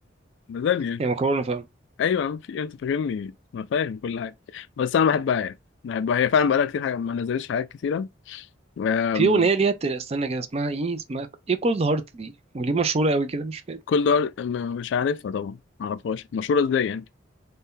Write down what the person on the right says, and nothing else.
يا مكرونه فاهم
في اغنيه ليها بت- استنى كده اسمها ايه اسمها ايه كولد هارت دي وليه مشهوره قوي كده مش فاهم